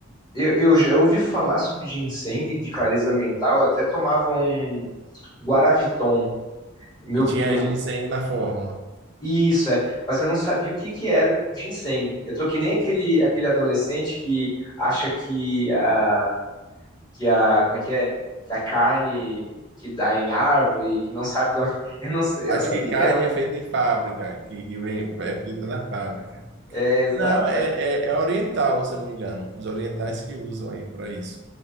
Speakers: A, on the left (about 20°); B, on the right (about 55°).
A: Eu, eu já ouvi falar sobre ginseng de clareza mental, eu até tomava um Guaraviton. Meu,
B: E tinha
A: meu,
B: ginseng na fórmula.
A: isso é, mas eu não sabia o que que era ginseng. Eu tô que nem aquele, aquele adolescente que acha que a, que a, como é que é? Que a carne que dá em árvore, que não sabe de onde... <laughs> Eu não, sei-
B: Acho
A: eu não sabia
B: que carne
A: que era um...
B: é feita em fábrica, que, que vem, é feita na fábrica.
A: É, exato,
B: Não, é,
A: é.
B: é, é oriental, se eu não me engano. Os orientais que usam aí para isso.